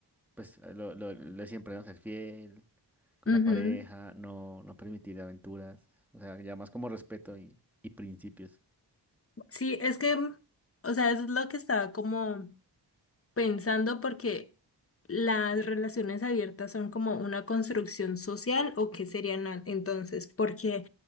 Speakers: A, in the centre; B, on the left.
A: pues, lo, lo, lo de siempre, ¿no? Ser fiel con
B: Ujú.
A: la pareja, no, no permitir aventuras, o sea, ya más como respeto y, y principios.
B: Sí, es que, o sea, eso es lo que estaba como pensando porque las relaciones abiertas son como una construcción social o qué serían a- entonces, porque